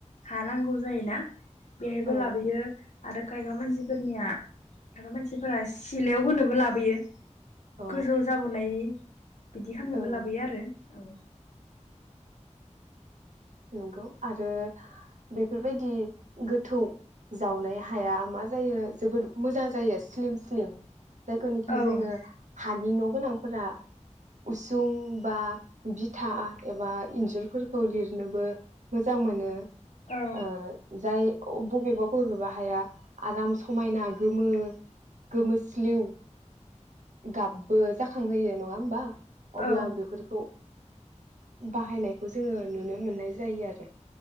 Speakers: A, on the left; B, on the right.
A: हा नांगौ जायोना बेहायबो
B: औ
A: लाबोयो। आरो खायफा मान सिफोरनिया थाग्रा मानसिफोरा सिलायाव होनोबो लाबोयो।
B: औ
A: गोजौ जाबोनायनायनि बिदि खालामनोबो
B: ओं
A: लाबोयो आरो औ
B: नोंगौ आरो बेफोरबायदि गोथौ जावनाय हाया मा जायो जोबोद मोजां जायो स्लिम स्लिम जायखौनोखि
A: औ
B: जोङो हानि न' गोनांफोरा उसुं बा बिथा एबा इन्जुरफोरखौ लिर- नोबो मोजां मोनो
A: औ
B: ओ जाय बबेबा बबेबा हाया आराम समायना गोमो गोमो स्लिउ गाबबो जाखांहोयो नङा होमबा? अब्ला
A: औ
B: बेफोरखौ बाहायनायखौ जोङो नुनो मोननाय जायो आरो।